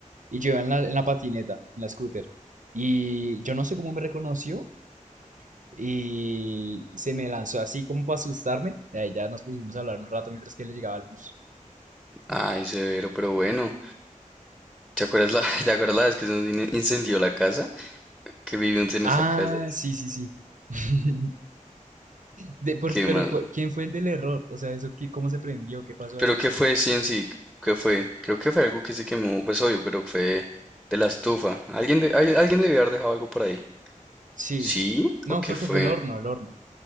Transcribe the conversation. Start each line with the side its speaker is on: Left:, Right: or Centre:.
Right: y yo iba en la, en la patineta, en la scooter. Y yo no sé cómo me reconoció y se me lanzó así como para asustarme. Y ahí ya nos pusimos a hablar un rato mientras que él llegaba al bus.
Centre: Ay, severo, pero bueno. ¿Te acuerdas la, <laughs> ¿te acuerdas la vez que se nos in- incendió la casa? Que vivimos en
Right: Ah,
Centre: esa casa.
Right: sí, sí, sí. <laughs> De, por-
Centre: Qué
Right: pero,
Centre: mal.
Right: por- ¿quién fue el del error? O sea, eso, qué- ¿cómo se prendió? ¿Qué pasó
Centre: ¿Pero
Right: ahí?
Centre: qué fue, sí, en sí? ¿Qué fue? Creo que fue algo que se quemó, pues obvio, pero fue de la estufa. Alguien, de- al- alguien debió haber dejado algo por ahí.
Right: Sí.
Centre: ¿Sí?
Right: No,
Centre: ¿O qué
Right: creo
Centre: fue?
Right: que fue el horno, el horno.